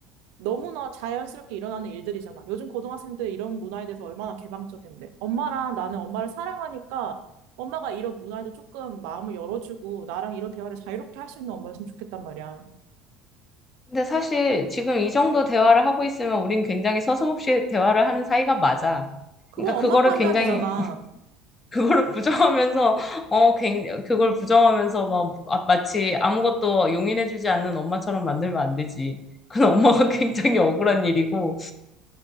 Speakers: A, on the right; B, on the left.
A: 너무나 자연스럽게 일어나는 일들이잖아. 요즘 고등학생들 이런 문화에 대해서 얼마나 개방적인데. 엄마랑 나는 엄마를 사랑하니까 엄마가 이런 문화에도 조금 마음을 열어주고 나랑 이런 대화를 자유롭게 할 수 있는 엄마였으면 좋겠단 말이야.
B: 근데 사실 지금 이 정도 대화를 하고 있으면 우린 굉장히 서슴없이 대화를 하는 사이가 맞아.
A: 그건
B: 그러니까
A: 엄마
B: 그거를
A: 판단이잖아.
B: 굉장히 <laughs> 그거를 부정하면서 어 굉- 그걸 부정하면서 막 아, 마치 아무것도 용인해주지 않는 엄마처럼 만들면 안 되지. 그건 엄마가 <laughs> 굉장히 억울한 일이고